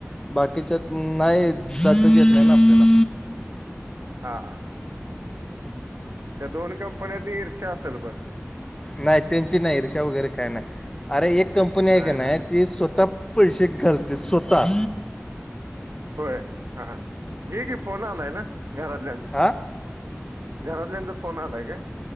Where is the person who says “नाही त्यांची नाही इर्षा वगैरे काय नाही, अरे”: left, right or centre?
Left